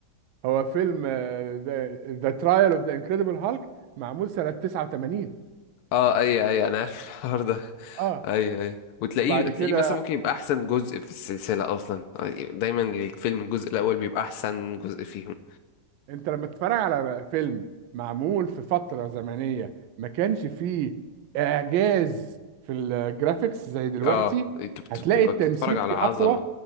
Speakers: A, on the right; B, on the left.
A: هو فيلم ذا ترايل اوف ذا انكريدبل هالك معمول سنة 89
B: اه اي اي انا عارف <laughs> الحوار ده
A: اه
B: اي اي وتلاقيه
A: وبعد
B: تلاقيه
A: كده
B: مثلا ممكن يبقى احسن جزء في السلسله اصلا آه، دايما الفيلم الجزء الاول بيبقى احسن جزء فيهم
A: انت لما تتفرج على فيلم معمول في فترة زمنية ما كانش فيه اعجاز في الجرافيكس زي دلوقتي
B: اه انت بت-
A: هتلاقي
B: بتبقى
A: التمثيل
B: بتتفرج على
A: فيه
B: عظمه
A: اقوى